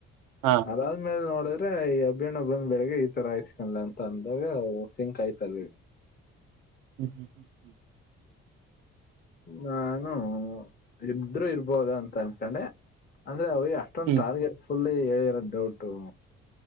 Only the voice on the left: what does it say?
ಅದಾದ್ಮೇಲೆ ನೋ ಡ್ರ ಈ ಅಭಿಣ್ಣ ಬಂದ್ ಬೆಳಗ್ಗೆ ಈ ತರ ಆಯ್ತ್ಕೊಂಡ್ ಅಂತ ಅಂದಾಗ ಸಿಂಕ್ ಆಯ್ತಲ್
ನಾನು ಇದ್ರರು ಇರ್ಬೋದ ಅಂತ ಅನ್ಕೊಂಡೆ ಅಂದ್ರೆ ಅವ ಅಷ್ಟೊಂದು
ಟಾರ್ಗೆಟ್ ಫುಲ್ ಕೇಳಿರೋ ಡೌಟು